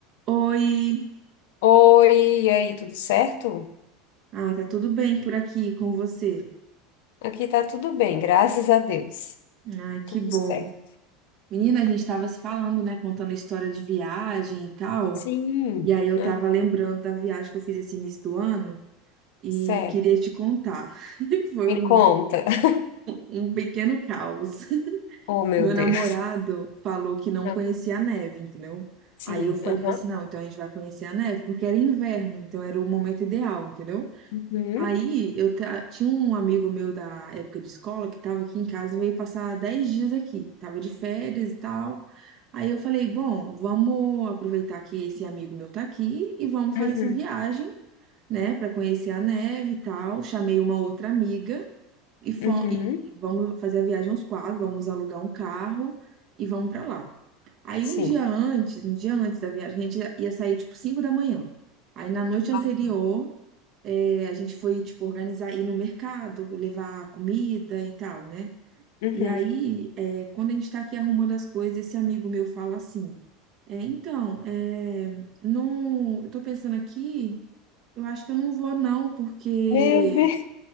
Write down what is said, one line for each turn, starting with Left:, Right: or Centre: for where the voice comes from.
Right: Oi,
Left: Oi, e aí, tudo certo?
Right: ah, tá tudo bem por aqui com você?
Left: Aqui tá tudo bem, graças a Deus.
Right: Ai, que
Left: Tudo
Right: bom.
Left: certo.
Right: Menina, a gente tava se falando, né, contando a história de viagem e tal,
Left: Sim,
Right: e aí eu
Left: ah,
Right: tava lembrando da viagem que eu fiz esse início do ano e
Left: certo.
Right: queria te contar. <laughs> Foi
Left: Me
Right: um,
Left: conta. <laughs>
Right: um pequeno caos.
Left: Oh, meu
Right: Meu
Left: Deus.
Right: namorado falou que não
Left: Ah,
Right: conhecia a neve, entendeu?
Left: Sim,
Right: Aí eu falei
Left: aham.
Right: assim, não, então a gente vai conhecer a neve, porque era inverno, então era o momento ideal, entendeu?
Left: Uhum,
Right: Aí eu ta- tinha um amigo meu da época de escola que estava aqui em casa e veio passar 10 dias aqui, tava de férias e tal. Aí eu falei, bom, vamos aproveitar que esse amigo meu tá aqui e vamos
Left: uhum,
Right: fazer essa viagem, né, para conhecer a neve e tal. Chamei uma outra amiga e, fo-
Left: uhum,
Right: e, assim, vamos fazer a viagem aos quatro, vamos alugar um carro e vamos para lá. Aí
Left: sim.
Right: um dia antes, um dia antes da viagem, a gente ia sair tipo 5 da manhã. Aí na noite anterior
Left: Ah, tá.
Right: é, a gente foi, tipo, organizar, ir no mercado, levar comida e tal, né?
Left: Uhum.
Right: E aí, é, quando a gente tá aqui arrumando as coisas, esse amigo meu fala assim, é, então, é, não, eu tô pensando aqui, eu acho que eu não vou não, porque...
Left: Meu Deus.